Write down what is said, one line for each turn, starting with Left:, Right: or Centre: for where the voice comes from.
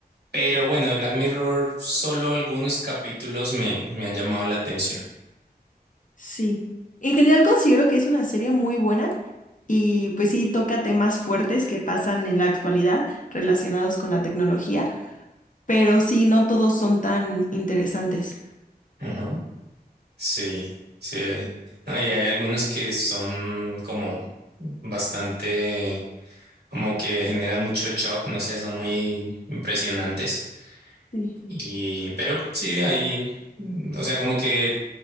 Right: pero bueno, de Black Mirror solo algunos capítulos me, me han llamado la atención.
Left: Sí, en general considero que es una serie muy buena y pues sí toca temas fuertes que pasan en la actualidad relacionados con la tecnología, pero sí, no todos son tan interesantes.
Right: Ajá. Sí, sí. eh, No, y hay algunos que son como bastante, como que generan mucho shock, no sé, son muy impresionantes.
Left: sí.
Right: Y, pero sí, ahí, mm, o sea, como que,